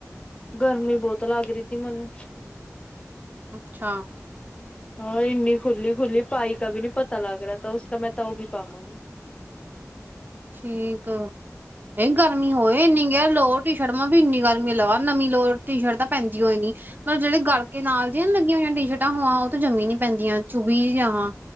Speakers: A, on the left; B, on the right.
A: ਗਰਮੀ ਬਹੁਤ ਲੱਗ ਰਹੀ ਤੀ ਮੈਨੂੰ-'
B: ਅੱਛਾ।
A: ਹਾਂਰ ਇੰਨੀ ਖੁੱਲੀ ਖੁੱਲੀ ਪਾਈ ਕ ਵੀ ਨਹੀਂ ਪਤਾ ਲੱਗ ਰਿਹਾ ਤਾਂ, ਉਸ ਮੈਂ ਤਾਂ ਉਹ ਵੀ ਪਾਵਾਂਗੀ।
B: ਠੀਕ, ਇਹ ਗਰਮੀ ਹੋਏ ਇਨੀ ਗ ਲੋੜ ਟੀ ਸ਼ਰਟਾ ਵੀ ਇੰਨੀ ਗਰਮੀ ਲਗਾਵਾ ਨਵੀਂ ਲੋ ਟੀ ਸ਼ਰਟ ਤਾਂ ਪੈਂਦੀ ਹੋਈ ਨੀ। ਮਤਲਬ ਜਿਹੜੇ ਗਲ ਨਾਲ ਦੀਆਂ ਲੱਗੀਆਂ ਹੋਆਂ ਸ਼ਟ ਟਾਂ ਹੋਵਾਂ ਉਹ ਜੰਮੀ ਨੀ ਪੈਂਦੀਆਂ, ਚੁਭੀ ਜਾਂ ਵਾਂ,